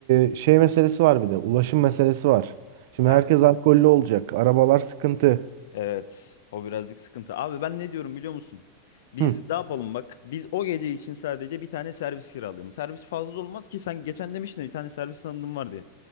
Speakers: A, on the right (about 60°); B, on the left (about 75°).
A: e, şey meselesi var bir de ulaşım meselesi var. Şimdi
B: Ha.
A: herkes alkollü olacak. Arabalar sıkıntı.
B: Evet, o birazcık sıkıntı. Abi ben ne diyorum biliyor musun? Biz
A: Hı,
B: ne yapalım bak. Biz o gece için sadece bir tane servis kiralayalım. Servis fazla olmaz ki sen geçen demiştin ya, bir tane servis tanıdığım var diye.